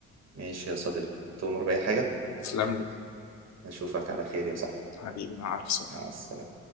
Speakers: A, on the right (about 60°); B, on the left (about 65°).
A: ماشي يا صديقي تؤمر بأي حاجة
B: تسلم لي
A: نشوفك على خير يا صاحبي
B: حبيبي مع ألف سلامة
A: مع السلامة